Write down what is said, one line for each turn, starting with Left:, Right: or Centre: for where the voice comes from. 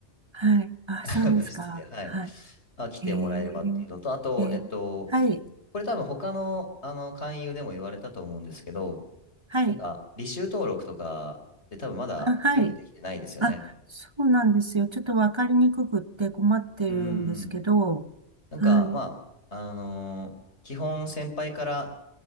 Right: はい。あ、
Left: <laughs>
Right: そうですか。
Left: 部室で、はい、
Right: は
Left: まあ、来てもらえればっていうのと、
Right: い。え
Left: あと、
Right: ー、ええはい、
Left: えっと、これ多分、他の、あの、勧誘でも言われたと思うんですけど、
Right: はい。
Left: なんか、履修登録とかって多分まだ全部できてないですよね。
Right: あ、はい。あ、そうなんですよ。ちょっとわかりにくくって困ってるんですけど、
Left: うんうんうん。なんか、
Right: はい、
Left: まあ、あのー基本先輩から、